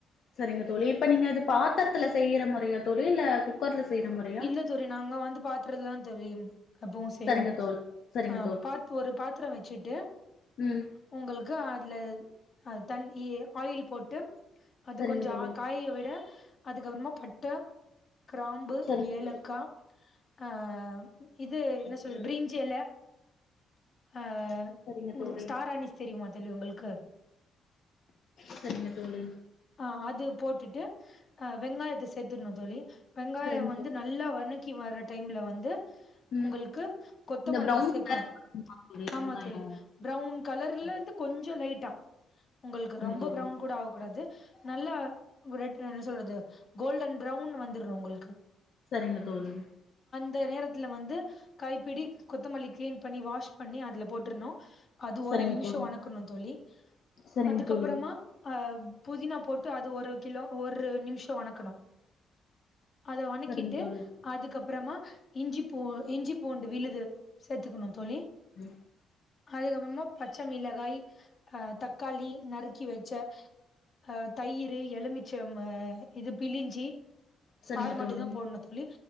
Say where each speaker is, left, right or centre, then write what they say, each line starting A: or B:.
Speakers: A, on the left; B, on the left.
A: செரிங்க தோழி இப்ப நீங்க இது பாத்திரத்துல செய்யற மொறைய தோழி இல்ல குக்கர்ல செய்யற முறையா
B: இல்ல தோழி நாங்க வந்து பாத்துரதுல தா தோழி ம் எப்பவு செய்வோ
A: சரிங்க தோழி சரிங்க
B: ஆ
A: தோழி
B: பாத் ஒரு பாத்திரம் வச்சுட்டு
A: ம்
B: உங்கள் கா அதுல தண் எ ஆயில் போட்டு அது
A: சரிங்க
B: கொஞ்ச
A: தோழி
B: காய விட அதுக்கு அப்புறமா பட்ட க்ராம்
A: சரிங்க
B: ஏலக்கா ஆ இது என்ன சொல்றது பிரீஞ்சியெல அ
A: சரிங்க
B: உங்க
A: தோழி
B: ஸ்டார் அணிஸ் தெரியுமா தோழி உங்களுக்கு
A: சரிங்க தோழி
B: ஆ அது போட்டுட்டு அ வெங்காயத்த சேத்துர்ணு தோழி வெங்காய
A: சரிங்க
B: வந்து
A: தோழி
B: நல்லா வனக் க்கி வர்ற டைம்ல வந்து
A: ம்
B: உங்களுக்கு கொத்தமல்லி
A: இந்த ப்ரௌன்
B: சேக்கணு
A: கலர் தோழி
B: ஆமா
A: வெங்காயோ
B: தோழி ப்ரவுன் கலர்லெந்து
A: சரிங்க
B: கொஞ்ச லைட் ட்ட உங்களுக்கு ரொம்ப
A: தோழி
B: ப்ரவுன் கூட ஆவ கூடாது நல்லா ரெட் என்ன சொல்றது கோல்டன் ப்ரவுன் வந்துரு உங்களுக்கு
A: சரிங்க தோழி
B: த நேரத்துல வந்து கைப்பிடி கொத்தமல்லிக் கிளீன் பண்ணி வாஷ் பண்ணி அதுல போ போட்றுணும் அது
A: சரிங்க
B: ஒரு நிமிஷம்
A: தோழி
B: வணக்கணும்னு தோழி
A: சரிங்க
B: அதுக்கப்பறமா
A: தோழி
B: அஹ் தீனா போட்டு அது ஒரு கிலோ ஒரு நிமிஷம் வணக்கணும் அத வணக்கிட்டு
A: சரிங்க தோழி
B: அதுக்கப்பற அப்பறமா இஞ்சி பூ இஞ்சி பூண்டு விழுது சேத்துக்கணும் தோழி
A: உஹம் <inaudible>
B: அதுக்கப்பறமா பச்ச மிளகாய் அஹ் தக்காளி நறுக்கி வச்ச அஹ் தயிர் எலுமிச்ச இது பிலிஞ்சி
A: சரிங்க
B: சாறு மட்டும்
A: தோழி
B: தான் போடணும் தொல்லி